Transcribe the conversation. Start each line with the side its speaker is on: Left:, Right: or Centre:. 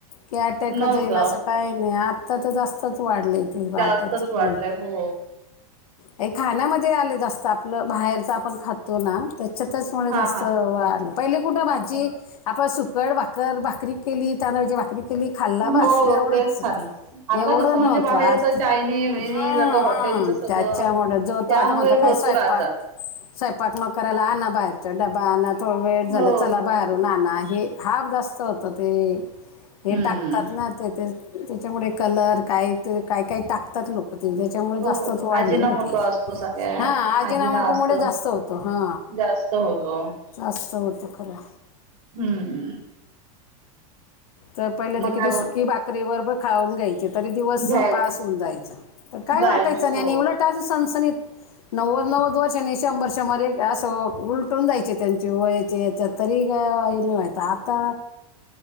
Left: की अटॅकच
Right: नव्हतं
Left: येईल असं काही नाही, आत्ता त जास्तच वाढलय. तेि <unintelligible> वाट
Right: जास्तच
Left: चप्रेम.
Right: वाढलंय हो
Left: काही खाण्यामध्ये आले जास्त, आपलं बाहेरच आपण खात तो ना त्याच्या त्याचमुळे
Right: हा
Left: जास्त वाढलं, पहिले कुठं माझी
Right: हा
Left: आपण सुकड भाक कर भाकरी केली, तांदळाची भाकरी तुम्ही खाल्ला
Right: हो
Left: बासं एवढंचं
Right: तेच खाल्लं. आता
Left: एवढं
Right: कसं म्हणजे
Left: नव्हतं,
Right: बाहेरच
Left: आ
Right: चायनीज विनीज
Left: हअ
Right: आता
Left: हअ
Right: हॉटेलचं सगळं
Left: त्याच्यामुळे, जो
Right: त्यामुळे
Left: तो आता म्हणत
Right: भरपूर
Left: काय स्वयंपाक?
Right: आजार.
Left: स्वयंपाक न करायला आणा बाहेरच डबा आणा थोडं वेळ झालं
Right: हो
Left: चला
Right: हो
Left: बाहेरून
Right: हो
Left: आणा हे हाफ जास्त होतं ते, हे
Right: हम्म
Left: टाकतात ना. ते त्या त्याच्यामुळे कलर काय? ते काय काही टाकतात लोक ते त्याच्यामुळे
Right: हो
Left: जास्तच वाढलयं
Right: आजीना
Left: ना
Right: मोठा
Left: ते
Right: असतो सगळ्यात
Left: हा आजीनामाटो
Right: आजीना असतो
Left: मुळे जास्त तो होतो हा
Right: जास्त होतो.
Left: असं होत खरं
Right: हम हम
Left: तर पहिले तर
Right: मग
Left: किती
Right: काय बघ
Left: सुकी बाकरी बरबर खाऊन घ्यायची. तरी दिवस
Right: घ्यायचं
Left: पास होऊन जायचं, तर काय
Right: जायचं
Left: वाटायचं नाही
Right: हो
Left: आणि उलट आणि सणसणीत. नव्वद नव्वद वर्षांनी शंभर वर्षामध्ये असं उलटून जायचे, त्यांचे वयाच्या ह्याच्यात. तरी काई नाही व्हायत आता